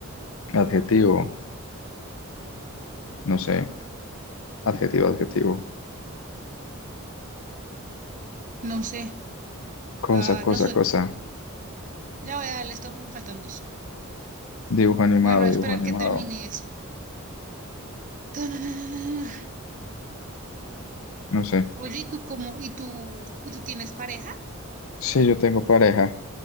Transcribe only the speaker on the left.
adjetivo, no sé, adjetivo, adjetivo,
cosa,
cosa,
cosa,
dibujo animado,
dibujo animado,
no sé.
Sí, yo tengo pareja,